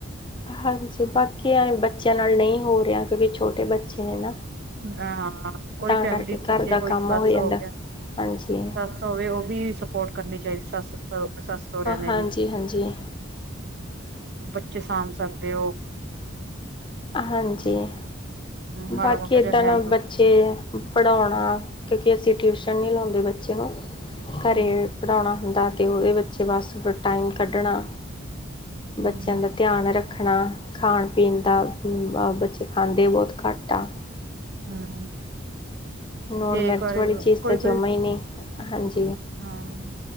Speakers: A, on the left; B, on the right.
A: ਹਾਂਜੀ ਬਾਕੀ ਐ ਬੱਚਿਆਂ ਨਾਲ ਨਹੀਂ ਹੋ ਰਿਹਾ ਕਿਉਂਕਿ ਛੋਟੇ ਬੱਚੇ ਨੇ ਨਾ
B: ਹਾਂ ਕੋਈ
A: ਤਾਂ
B: ਫੈਮਲੀ
A: ਕਰਕੇ
B: ਵਿੱਚ
A: ਘਰ ਦਾ
B: ਜ ਕੋਈ
A: ਕੰਮ
B: ਸੱਤ
A: ਜਾਂਦਾ
B: ਸੌ ਹੋ ਗਿਆ
A: ਹਾਂਜੀ
B: ਸਤ ਸ ਹੋਵੇ ਉਹ ਵੀ ਸਪੋਰਟ ਕਰਨੀ ਚਾਹੀਦੀ ਸੱਸ ਸੱਸ ਸਹਰਿਆਂ ਨੇ
A: ਹਾਂਜੀ
B: ਨ
A: ਹਾਂਜੀ।
B: ਬੱਚੇ ਸਾਂਭ ਸਕਦੇ ਓ
A: ਹਾਂਜੀ
B: ਮਾੜਾ
A: ਬਾਕੀ
B: ਮੋਟਾ
A: ਏਦਾਂ
B: ਜਿਹਾ
A: ਨਾ
B: ਹੈਲਪ
A: ਬੱਚੇ ਪੜ੍ਹਾਉਣਾ ਕਿਉਂਕਿ ਅਸੀਂ ਟਿਊਸ਼ਨ ਨਹੀਂ ਲਾਉਂਦੇ ਬੱਚੇ ਨੂੰ ਘਰੇ
B: ਹਮ
A: ਪੜ੍ਹਾਉਣਾ ਹੁੰਦਾ ਅਤੇ ਉਹਦੇ ਬੱਚੇ ਬਸ ਟਾਈਮ ਕੱਢਣਾ
B: ਹਮ
A: ਬੱਚਿਆਂ ਦਾ ਧਿਆਨ ਰੱਖ ਰੱਖਣਾ ਖਾਣ ਪੀਣ ਦਾ ਹਮ ਬੱਚੇ ਖਾਂਦੇ ਬਹੁਤ ਘੱਟ ਆ।
B: ਹਮ
A: ਲੂਣ
B: ਜੇ
A: ਮਿਰਚ
B: ਇੱਕ ਵਾਰੀ
A: ਵਾਲੀ ਚੀਜ਼
B: ਕੋਈ
A: ਤਾਂ ਜਮਾ
B: ਕੋਈ
A: ਹੀ ਨਹੀਂ ਹਾਂਜੀ
B: ਹਾਂ